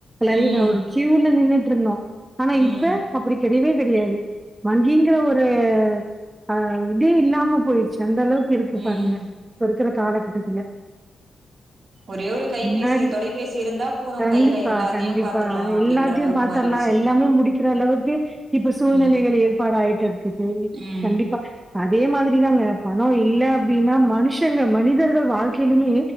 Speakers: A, on the right; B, on the right.
A: லைனா
B: ம்
A: ஒரு சியூர்ல நின்ட்டு விட்றனும் ஆனா
B: ம்
A: இப்ப அப்டி கெடையவே கெடை யாது வங்கிங்கிற ஒரு அஹ இதே இல்லாம போயிச்சு எந்த அளவுக்கு இருக்கு பாருங்க
B: ம்
A: இப்பயிருக் கற காலகட்டத்துல
B: ஒரே ஒரு கைபேசி
A: முன்னாடி
B: தொலைபேசி இருந்தா போது
A: கண்டிப்பா
B: கையில எல்லாத்தையு
A: கண்டிப்பா
B: பாத்துக்கலா அப்டின்ற
A: எல்லாத்தையும்
B: அளவுக்கு
A: பாத்தரலாம்
B: மாறிடுச்சு
A: எல்லாமே முடிக்கிற அளவுக்கு இப்ப சூழ்நிலைகள்
B: ம்
A: ஏற்பாடாயிட்டு இருக்கு சரி
B: ம்
A: கண்டிப்பா அதே மாதிரிதாங்க பணம் இல்ல அப்டின்னா மனுஷங்க மனிதர்கள் வாழ்க்கையிலுமே